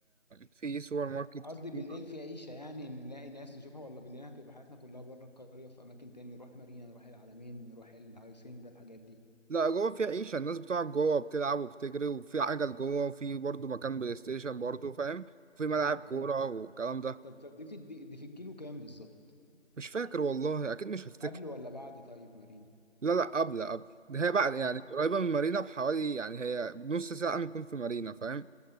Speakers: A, on the right; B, on the left.
A: في سوبر ماركت
B: قصدي
A: كتير
B: بالليل في عيشة يعني نلاقي ناس نشوفها ولا بالليل هتبقى حياتنا كلها بره القرية في أماكن تاني نروح مارينا نروح العلمين نروح الهايسندا الحاجات دي
A: لا جوه في عيشة الناس بتقعد جوه بتلعب وبتجري وفي عجل جوه وفي برضه مكان بلاي ستيشن برضه فاهم في ملاعب
B: لذيذ
A: كورة والكلام ده
B: طب طب دي في دي, دي في الكيلو كام بالظبط
A: مش فاكر والله أكيد مش هفتكر
B: قبل ولا بعد طيب مارينا
A: لا لا قبل قبل ده هي بعد يعني
B: قبل
A: قريبة من مارينا بحوالي يعني هي نص ساعة نكون في مارينا فاهم